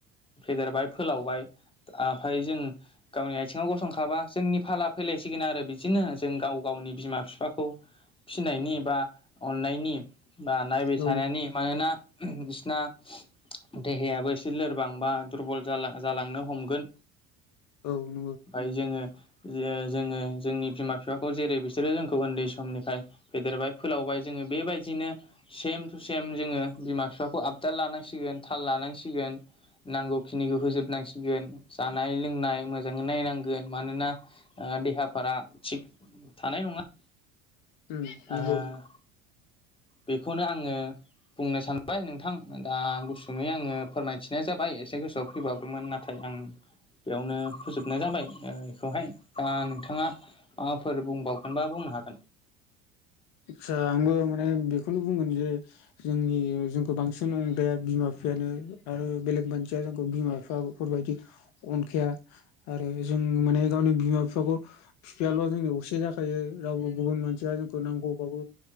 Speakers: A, on the left (about 15°); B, on the left (about 60°).
A: फेदेरबाय फोलावबाय ओमफ्राय जों गावनि आथिङाव गसंखाबा जोंनि फाला फैलायसिगोन आरो बि दिनो जों गाव गावनि बिमा बिफाखौ फिसिनायनि बा अननायनि बा नायबाय
B: औ
A: थानायनि मानोना बिसना देहायाबो एसे लोरबां बा दुरबल जालांनो हमगोन।
B: उम
A: ओफाय जोङो जोङो जोंनि बिमा बिफाखौ जेरै बिसोरो जोंखौ उन्दै समनिफ्राय फेदेरबाय फोलावबाय जोङो बेबायदिनो सेम टु सेम जोङो बिमा बिफाखौ आपडा लानांसिगोन जों थाल लानांसिगोन। नांगौ खिनिखौ होजोबनांसिगोन जानाय लोंनाय मोजाङै नायनांगोन मानोना ओ देहाफोरा थिग थानाय नङा।
B: उम नोंंगौ
A: ओ बेखौनो आङो बुंनो सानबाय नोंथां दा गुसुङै आङो फोरमायथिनाय जाबाय एसे गोसोआव फैबावदोंमोन नाथाय आं बेयावनो फोजोबनाय जाबाय बेखौहाय दा नोंथाङा माबाफोर बुंबाव गोनबा बुंनो हा
B: जा मुं <unintelligible> माने बेखौनो बुंगोन जे जोंनि जोंखौ बांसिन अनग्राया बिमा बिफायानो आरो बेले गुबुन मानसिया बिमा बिफाफोरबायदि अनखाया आरो जों माने गावनि बिमा <unintelligible> फिफांखौ बिफायाल' जोंनि असे जाखायो। रावबो गुबुन मानसिया जोंखौ नांगौबाबो